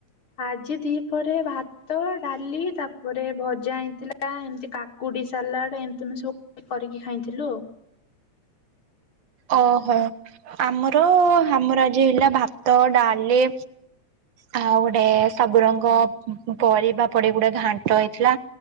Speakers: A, on the left; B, on the right.
A: ଆଜି ଦି ପହରେ ଭାତ ଭାତ ଡାଲି ତାପରେ ଭଜା ହେଇଥିଲା ଏମିତି କାକୁଡି ସାଲାଡ ଏଣୁତେଣୁ ସବୁ। କରିକି ଖାଇଥିଲୁ।
B: ଓହୋ ଆମର ଆମର ଆଜି ହେଲା ଭାତ, ଡାଲି ଆଉ ଗୋଟେ ସବୁ ରଙ୍ଗ ଉଁ ପରିବା ପଡି ଗୁଡେ ଘାଣ୍ଟ ହେଇଥିଲା।